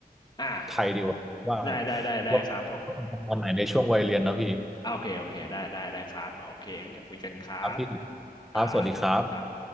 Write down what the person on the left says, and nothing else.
อ่า
ได้ได้ได้ได้ครับผม
โอเคโอเคได้ได้ได้ครับโอเคงั้นอย่าคุยกันครับ
ครับครับ